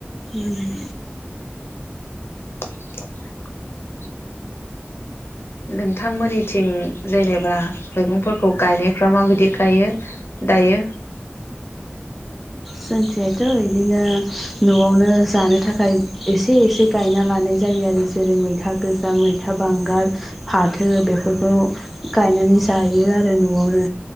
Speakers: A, in the centre; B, on the left.
A: उम
B: <inaudible> नोंथांमोननिथिं जेनेबा मैगंफोरखौ गायनायफ्रा माबायदि गायो दायो
A: जोंथिहायथ इदिनो नआवनो जानो थाखाय एसे एसे गायना लानाय जायो आरो जेरै मैथा गोज जा मैथा बांगाल फाथो बेफोरखौ गायनानै जायो आरो नआवनो